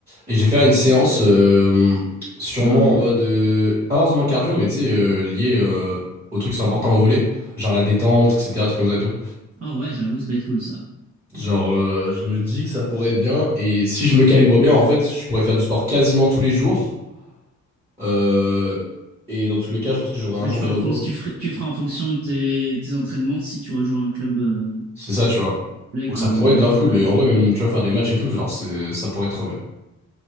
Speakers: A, on the right; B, on the right.
A: Et je vais faire une séance euh, sûrement
B: Cardio.
A: en mode... euh, pas forcément cardio, mais tu sais, euh, lié euh, aux trucs qui sont importants au volet. Genre la détente, etc. Trucs comme ça et tout.
B: Oh ouais, j'avoue, ça peut être cool ça.
A: Genre, euh, je me dis que ça pourrait être bien. Et si je me calibre bien, en fait, je pourrais faire du sport quasiment tous les jours. Euh, et dans tous les cas, je pense que j'aurai un
B: Bah,
A: jour
B: tu,
A: de
B: fais en
A: repos.
B: fonc- tu, ferais- tu feras en fonction de tes, tes entraînements si tu rejoins un club euh,
A: C'est ça, tu vois.
B: complet,
A: Donc
B: quoi.
A: ça
B: Ouais,
A: pourrait
B: bah,
A: être
B: ouais.
A: grave cool. Et en vrai, même, tu vois, faire des matchs et tout, genre, c'est, ça pourrait être trop bien.